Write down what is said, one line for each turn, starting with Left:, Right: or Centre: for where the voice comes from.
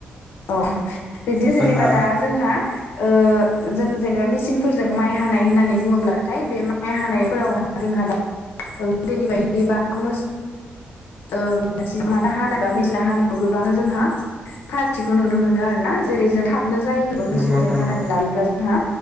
Left: औ बिदिदि
Centre: जोंना
Left: जेनेबा दा। जोंहा ओ जों जेनेबा मिचिनफोरजों माइ हानाय होननानै बुङोब्लाथाय बे माइ हानायफोराव जोंहा दा गोदोनि बायदि बा मोसौ <unintelligible> ओ मेचिनाव माने हानाय बा मेचिनाव हानायखौ गोबां जोंहा फारागथिखौ नुनो मोनो आरोना जेरै जों थाबनो जायोबो बा मेचिनजों
Centre: नंगौ नोंथां
Left: हानानै
Centre: नंगौ
Left: लायोब्ला जोंहा